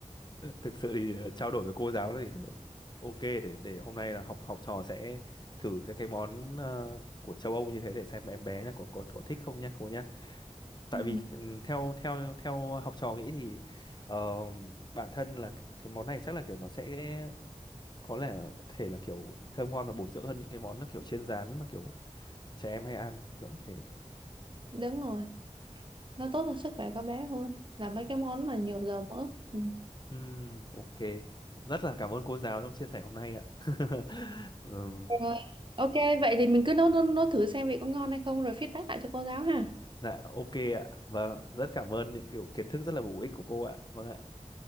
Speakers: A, on the left (about 35°); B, on the right (about 40°).
A: thực sự thì ờ, trao đổi với cô giáo thì ok để để hôm nay là học học trò sẽ thử các cái món ờ, của châu Âu như thế để xem em bé là có có có thích không nhá cô nhá tại
B: Ừ.
A: vì ừm, theo theo theo học trò nghĩ thì ờ, bản thân là cái món này chắc là kiểu nó sẽ có lẽ là- thể là kiểu thơm ngon và bổ dưỡng hơn những cái món nó kiểu chiên rán mà kiểu trẻ em hay ăn kiểu như thế
B: đúng rồi nó tốt cho sức khỏe các bé hơn là mấy cái món mà nhiều dầu mỡ ừ.
A: Ừm, ok rất là cảm ơn cô giáo trong chia sẻ hôm nay ạ <laughs> Ừm,
B: rồi ok vậy thì mình cứ nốt nốt, nốt thử xem vị có ngon hay không rồi feedback lại cho cô giáo ha
A: dạ ok ạ vâng rất cảm ơn những kiểu kiến thức rất là bổ ích của cô ạ vâng ạ